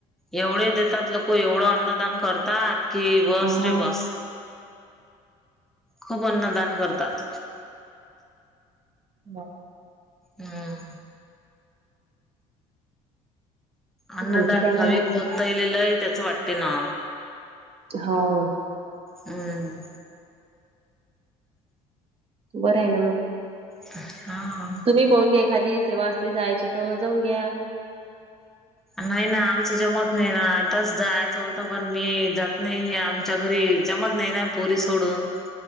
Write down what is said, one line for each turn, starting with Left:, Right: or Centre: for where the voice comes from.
Centre: एवढे देतात लोक. एवढं अन्नदान करतात. कि बस
Right: हा
Centre: रे बस. खूप अन्नदान करतात.
Right: <unintelligible>
Centre: हम. अन्नदान.
Right: आणखी काय
Centre: भाविक
Right: मग
Centre: भक्तायले लई त्याच वाटते ना?
Right: हाव.
Centre: हम्म.
Right: बरंय ना मग.
Centre: हा.
Right: तुम्ही पाहून घ्या एखादी सेवा असली जायची तर जाऊन घ्या.
Centre: नाही ना आमचं जमत नाही ना. आताच जायाचं होतं पण मी जात नाही आ- च्या घरी जमत नाही ना पोरी सोडून.